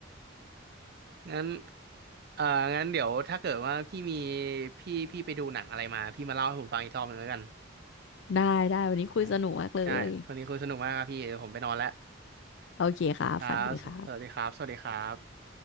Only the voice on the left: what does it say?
ได้ได้วันนี้คุยสนุกมากเลย
โอเคครับฝันดีครับ